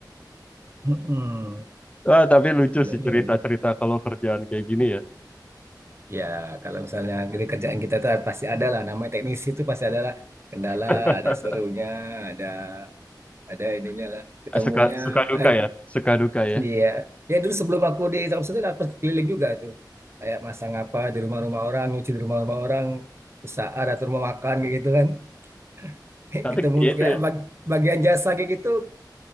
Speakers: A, on the right (about 35°); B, on the left (about 15°).
A: Mm-mm.
B: Ah, tapi lucu
A: Nggak,
B: sih
A: iya
B: cerita-cerita
A: iya.
B: kalau kerjaan kayak gini ya.
A: Ya kalau misalnya di kerjaan kita tuh pasti ada lah. Namanya teknisi itu pasti ada lah. Kendala,
B: <laughs>
A: ada serunya, ada ada ininya lah. Ketemunya.
B: Eh, Suka suka duka
A: Ah,
B: ya, suka duka ya.
A: Iya. Ya dulu sebelum aku di Thompson itu aku keliling juga tuh. Kayak masang apa di rumah-rumah orang, nyuci di rumah-rumah orang, usaha atau rumah makan kayak gitu kan. <laughs>
B: Tapi
A: Ketemu
B: itu
A: kayak
B: ya,
A: bag- bagian jasa kayak gitu